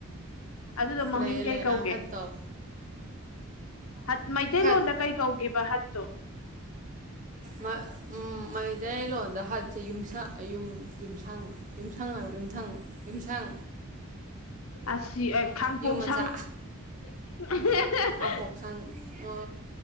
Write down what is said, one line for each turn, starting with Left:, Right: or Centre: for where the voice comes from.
Left: ꯑꯗꯨꯗꯣ ꯃꯃꯤꯡ
Right: ꯂꯩꯌꯦ
Left: ꯀꯩ
Right: ꯂꯩ
Left: ꯀꯧꯒꯦ
Right: ꯑꯥ ꯍꯠ ꯇꯧ
Left: ꯍꯠ ꯃꯩꯇꯩꯂꯣꯟꯗ
Right: ꯍꯠ
Left: ꯀꯩ ꯀꯧꯒꯦꯕ ꯍꯠꯇꯣ
Right: ꯃ ꯃꯩꯇꯩꯂꯣꯟꯗ ꯍꯥꯠ ꯌꯨꯝꯁ ꯌꯨꯝ ꯌꯨꯝꯁꯥꯡ ꯌꯨꯝꯁꯥꯡ ꯌꯨꯝꯊꯪ ꯌꯨꯝꯁꯥꯡ
Left: ꯑꯁꯤ ꯑꯦ ꯈꯥꯡꯄꯣꯛ
Right: ꯌꯨꯝ ꯃꯆꯥ
Left: ꯁꯪ ꯑꯍ
Right: ꯈꯥꯝꯄꯣꯛꯁꯪ
Left: ꯍ
Right: ꯑꯣ